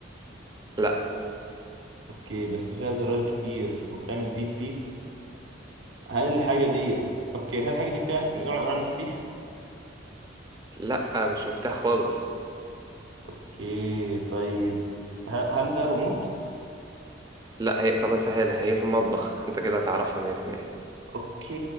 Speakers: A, on the right (about 20°); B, on the right (about 70°).
A: <laughs> لا
B: اوكي بس فيها زرار كتير وبتعمل تيت تيت هل الحاجة ديت اوكي هل الحاجة دي فيها من نوع من انواع المفاتيح؟
A: لا مش مفتاح خالص
B: اوكي طيب هل, هل ده ريموت؟
A: لا هي طب اسهلها هي في المطبخ انت كده هتعرفها 100%
B: اوكي